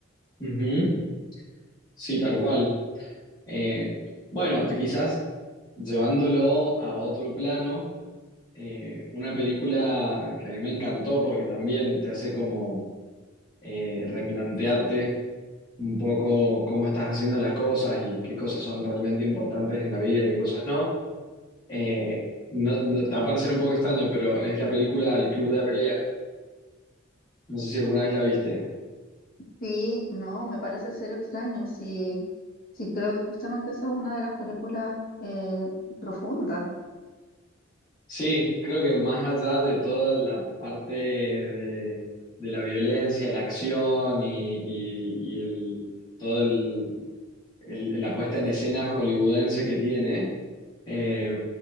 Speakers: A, on the left; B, on the left.
A: Ujú. Sí, tal cual. Eh, bueno, te- quizás llevándolo a otro plano, eh, una película que a mí me encantó porque también te hace como eh, replantearte un poco cómo estás haciendo las cosas y qué cosas son realmente importantes en la vida y qué cosas no. Eh, no, no- te va a parecer un poco extraño, pero es la película El Club de la Pelea. No sé si alguna vez la viste.
B: Sí, no, me parece ser extraño. Sí, sí, creo que justamente esa es una de las películas eh, profundas.
A: Sí, creo que más allá de toda la parte de, de la violencia, la acción y, y- y el, todo el, el- la puesta en escena hollywoodense que tiene, eh,